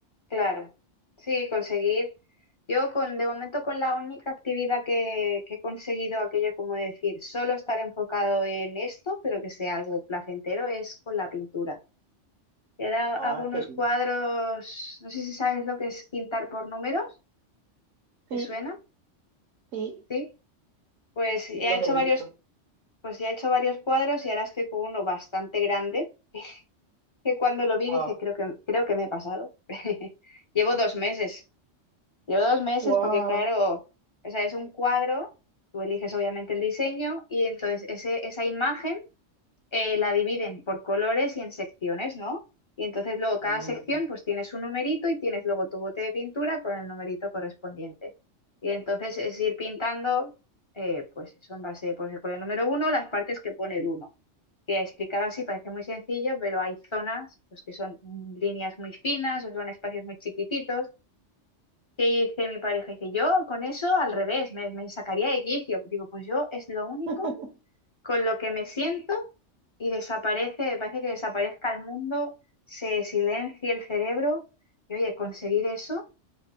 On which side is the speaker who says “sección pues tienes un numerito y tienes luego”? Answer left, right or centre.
Left